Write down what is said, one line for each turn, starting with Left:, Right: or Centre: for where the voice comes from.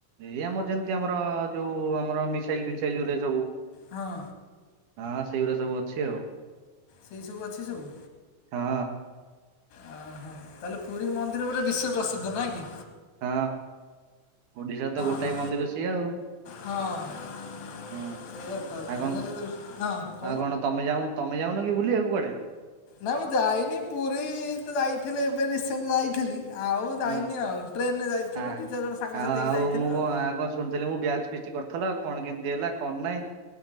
Right: ଏଇ ଆମର ଯେମିତି ଆମର ଯୋଉ ଆମର ମିସାଇଲ୍ ଫିସାଇଲ୍ ଯୋଉଥିରେ ସବୁ
Left: ହଁ।
Right: ହଁ ହଁ ସେଇଗୁରା ସବୁ ଅଛି ଆଉ।
Left: ସେଇ ସବୁ ଅଛି ସବୁ?
Right: ହଁ
Left: ଅ ହଁ। ତାହେଲେ ପୁରୀ ମନ୍ଦିର ପୁରା ବିଶ୍ୱ ପ୍ରସିଦ୍ଧ ନା କି?
Right: ହଁ। ଓଡିଶା ରେ ତ ଗୋଟାଏ
Left: ହଁ
Right: ମନ୍ଦିର ସିଏ ଆଉ।
Left: ହଁ <unintelligible>
Right: ହୁଁ ଆଉ କଣ ଆଉ କଣ ତମେ ଯାଉନ ତମେ ଯାଉନ କି ବୁଲିବାକୁ କୁଆଡ଼େ?
Left: ନା ମୁଁ ଯାଇନି। ପୁରୀ ତ ଯାଇଥିଲି ଏବେ ରିସେଣ୍ଟ ଯାଇଥିଲି। ଆଉ ଯାଇନି
Right: ହୁଁ
Left: ଆଉ। ଟ୍ରେନ୍ ରେ ଯାଇଥିଲୁ
Right: ଆ
Left: ଦି ଚାରି ଜଣ ସାଙ୍ଗସାଥି
Right: ଆଉ
Left: ହେଇକି ଯାଇଥିଲୁ
Right: ମୁଁ କଣ
Left: ଆଉ।
Right: କଣ ଶୁଣିଥିଲି ମୁଁ ବ୍ୟାଚ୍ ଫିଷ୍ଟି କରିଥିଲ କଣ କେମିତି ହେଲା କଣ ନାଇଁ।